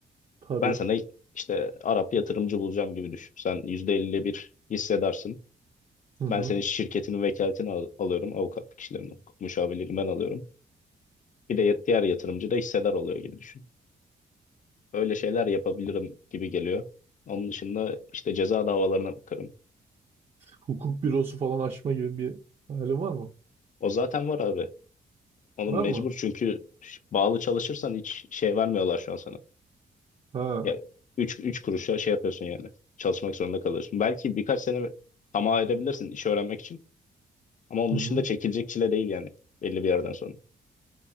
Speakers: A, on the right; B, on the left.
A: Tabii.
B: Ben sana işte Arap yatırımcı bulacağım gibi düşün. Sen %50'le bir hissedarsın.
A: Hı hı.
B: Ben senin şirketinin vekaletini al- alıyorum. Avukatlık işlerinden, hukuk müşavirliğini ben alıyorum. Bir de diğer yatırımcı da hissedar oluyor gibi düşün. Öyle şeyler yapabilirim gibi geliyor. Onun dışında işte ceza davalarına bakarım.
A: Hukuk bürosu falan açma gibi bir hayalin var mı?
B: O zaten var abi. Onu
A: Var
B: mecbur
A: mı?
B: çünkü bağlı çalışırsan hiç şey vermiyorlar şu an sana.
A: Ha.
B: Ya üç üç kuruşa şey yapıyorsun yani. Çalışmak zorunda kalıyorsun. Belki birkaç sene tamah ayırabilirsin işi öğrenmek için. Ama onun
A: Hı
B: dışında
A: hı.
B: çekilecek çile değil yani belli bir yerden sonra.